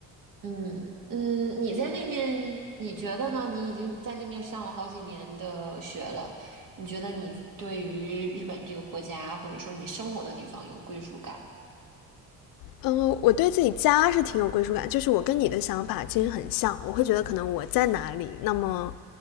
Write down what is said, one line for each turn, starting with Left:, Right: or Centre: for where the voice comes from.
Right: 嗯嗯，你在那面，你觉得呢？你已经在那面上了好几年的学了，你觉得你对于日本这个国家，或者说你生活的地方有归属感吗？
Left: 嗯，我对自己家是挺有归属感，就是我跟你的想法其实很像。我会觉得可能我在哪里，那么